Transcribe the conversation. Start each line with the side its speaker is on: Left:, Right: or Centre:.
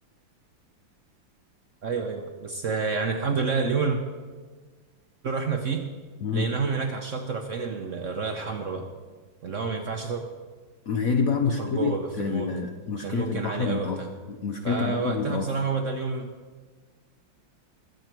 Right: <laughs> ايوه ايوه بس آه، يعني الحمد لله اليوم اللي رحنا فيه
Left: مم.
Right: لقيناهم هناك على الشط رافعين ال- الراية الحمراء بقى اللي هو ما ينفعش
Left: ما هي دي بقى مشكلة
Right: تدخل جوه بقى في
Left: ال-
Right: الموج
Left: مشكلة
Right: عشان الموج
Left: البحر
Right: كان عالي
Left: المتوسط
Right: قوي وقتها
Left: مشكلة
Right: فوقتها
Left: البحر المتوسط
Right: بصراحة هو ده اليوم